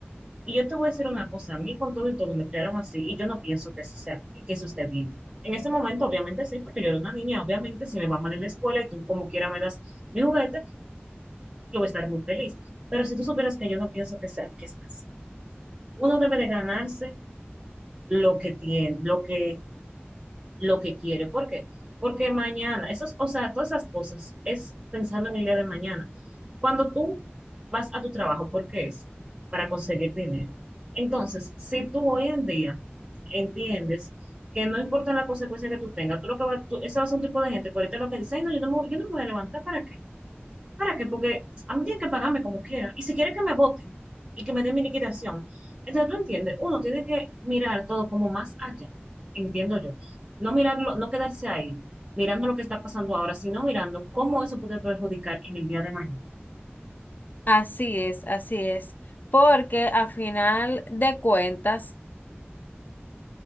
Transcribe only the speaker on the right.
Y yo te voy a decir una cosa, a mí con todo y todo me crearon así y yo no pienso que, eso sea, que eso esté bien. En ese momento, obviamente sí, porque yo era una niña, obviamente si me va mal en la escuela y tú como quiera me das mi juguete, yo voy a estar muy feliz. Pero si tú supieras que yo no pienso que sea, que es así. Uno debe de ganarse lo que tiene, lo que lo que quiere. ¿Por qué? Porque mañana, esos, o sea, todas esas cosas es pensando en el día de mañana. Cuando tú vas a tu trabajo, ¿por qué es? Para conseguir dinero. Entonces, si tú hoy en día entiendes que no importa la consecuencia que tú tengas, tú lo que va, tú, ese va a ser un tipo de gente que ahorita lo que dice, "Ay, no, yo no me, yo no me voy a levantar, ¿para qué? ¿Para qué? Porque a mí tienen que pagarme como quiera. Y si quieren que me voten y que me den mi liquidación. Entonces, tú entiendes, uno tiene que mirar todo como más allá, entiendo yo. No mirarlo, no quedarse ahí, mirando lo que está pasando ahora, sino mirando cómo eso puede perjudicar en el día de mañana.